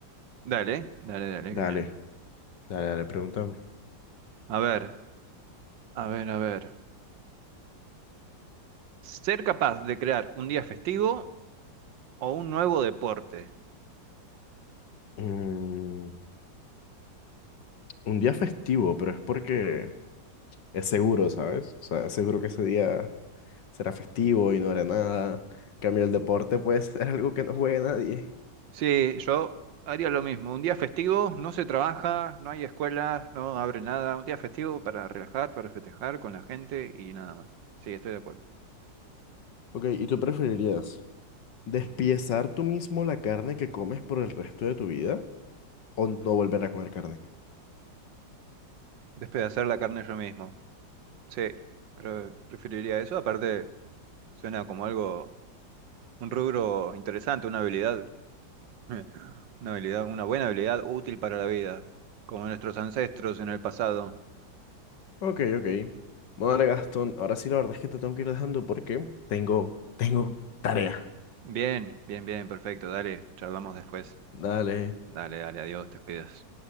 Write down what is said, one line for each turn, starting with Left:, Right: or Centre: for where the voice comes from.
Right: dale, dale, dale, genial.
Left: Dale, dale, dale, pregúntame.
Right: A ver, a ver, a ver. ¿Ser capaz de crear un día festivo o un nuevo deporte?
Left: Mm, un día festivo, pero es porque es seguro, ¿sabes? O sea, seguro que ese día será festivo y no hará nada. En Cambio el deporte puede ser <laughs> algo que no juegue nadie.
Right: Sí, yo haría lo mismo. Un día festivo, no se trabaja, no hay escuelas, no abre nada. Un día festivo para relajar, para festejar con la gente y nada más. Sí, estoy de acuerdo.
Left: Ok, ¿y tú preferirías despiezar tú mismo la carne que comes por el resto de tu vida o no volver a comer carne?
Right: Despedazar la carne yo mismo. Sí, pero preferiría eso. Aparte, suena como algo, un rubro interesante, una habilidad, <laughs> una habilidad, una buena habilidad útil para la vida, como nuestros ancestros en el pasado.
Left: Ok, ok. Bueno, dale, Gastón, ahora sí la verdad es que te tengo que ir dejando porque tengo, tengo tarea.
Right: Bien, bien, bien, perfecto. Dale, charlamos después.
Left: Dale.
Right: Dale, dale, adiós, te cuidas.